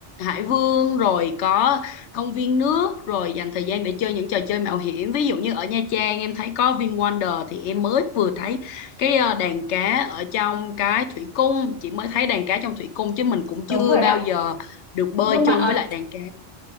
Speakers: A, on the left; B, on the left.
A: Hải Vương rồi có công viên nước rồi dành thời gian để chơi những trò chơi mạo hiểm ví dụ như ở Nha Trang em thấy có VinWonder thì em mới vừa thấy cái ờ, đàn cá ở trong cái thủy cung chị mới thấy đàn cá trong thủy cung chứ mình cũng
B: đúng
A: chưa
B: rồi
A: bao
B: đó
A: giờ được bơi
B: nhưng
A: chung
B: mà ở
A: với lại đàn cá